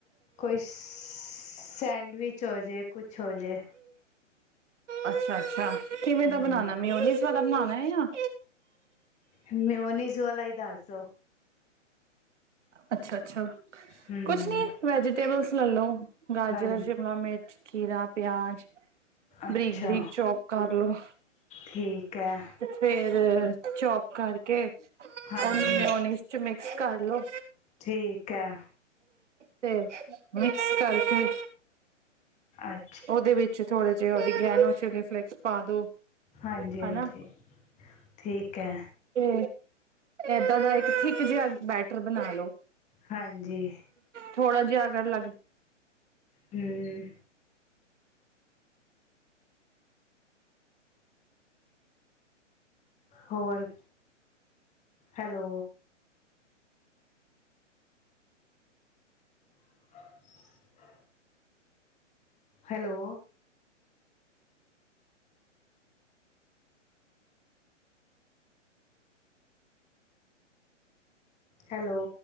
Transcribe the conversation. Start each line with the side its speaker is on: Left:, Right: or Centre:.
Left: ਕੋਈ, ਸੈਂਡਵਿਚ ਹੋ ਜੇ, ਕੁਛ ਹੋ ਜੇ।
Right: ਅੱਛਾ, ਅੱਛਾ ਕਿਵੇਂ
Left: ਹੂੰ,
Right: ਦਾ ਬਣਾਉਣਾ? ਮਿਓਨੀਜ਼ ਵਾਲਾ ਬਣਾਉਣਾ ਹੈ ਜਾਂ
Left: ਮਿਓਨੀਜ਼, ਵਾਲਾ ਹੀ ਦੱਸ ਦੋ।
Right: ਅੱਛਾ, ਅੱਛਾ
Left: ਹੂੰ,
Right: ਕੁਛ ਨੀ ਵੈਜੀਟੇਬਲਸ ਲੈਲੋ। ਗਾਜਰਾਂ,
Left: ਹਾਂਜੀ
Right: ਸ਼ਿਮਲਾ ਮਿਰਚ। ਖੀਰਾ, ਪਿਆਜ਼।
Left: ਅੱਛਾ
Right: ਬਰੀਕ, ਬਰੀਕ ਚੌਪ ਕਰ ਲੋੋ।
Left: ਠੀਕ ਹੈ
Right: ਫਿਰ, ਚੋਪ ਕਰਕੇ ਉਹਨੂੰ
Left: ਹਾਂਜੀ
Right: ਮਿਓਨਿਸ ਚ ਮਿਕਸ ਕਰਲੋ।
Left: ਠੀਕ ਐ।
Right: ਤੇ ਮਿਕਸ ਕਰਕੇ
Left: ਅੱ
Right: ਉਹਦੇ ਵਿੱਚ ਥੋੜੇ ਜੇ ਓਰਗੇਨੋ ਚਿਲੀ ਫਲੇਕਸ ਪਾ ਦੋ।
Left: ਹਾਂਜੀ-ਹਾਂਜੀ,
Right: ਹਨਾ
Left: ਠੀਕ ਐ।
Right: ਤੇ ਏਦਾਂ ਦਾ ਇੱਕ ਥਿੱਕ ਜਿਹਾ ਬੈਟਰ ਬਣਾ ਲੋ।
Left: ਹਾਂਜੀ।
Right: ਥੋੜ੍ਹਾ ਜਾ ਅਗਰ ਲੱਗ
Left: ਹੂੰ, ਹੋਰ, ਹੈਲੋ <unintelligible> ਹੈਲੋ, ਹੈਲੋ,